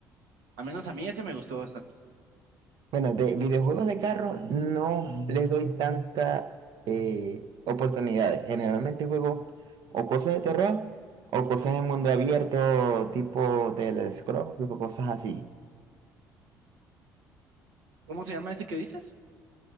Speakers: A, on the right (about 85°); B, on the right (about 65°).
A: Al menos a mí ese me gustó bastante.
B: Bueno, de videojuegos de carro no les doy tanta eh, oportunidades. Generalmente juego o cosas de terror o cosas de mundo abierto, tipo Elder Scroll, tipo cosas así.
A: ¿Cómo se llama ese que dices?